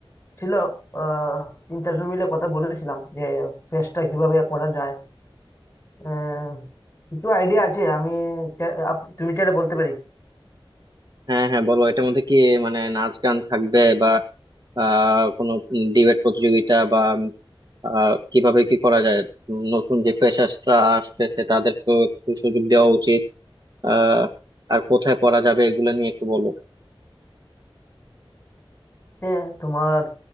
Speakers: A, on the left; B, on the right.
A: ছিল আহ, তিন চারজন মিলে কথা বলেছিলাম যে ফেস্টটা কিভাবে করা যায় আহ, কিছু আইডিয়া আছে আমি চা- আপ- তুমি চাইলে বলতে পারি
B: হ্যাঁ হ্যাঁ বলো এটার মধ্যে কি মানে নাচ গান থাকবে বা আহ কোনো ডিবেট প্রতিযোগিতা বা আহ কিভাবে কি করা যায় উম, নতুন যে ফ্রেশার্সরা আসতেছে তাদেরকেও একটু সুযোগ দেওয়া উচিত আহ আর কোথায় করা যাবে এগুলো নিয়ে একটু বলো
A: হ্যাঁ তোমার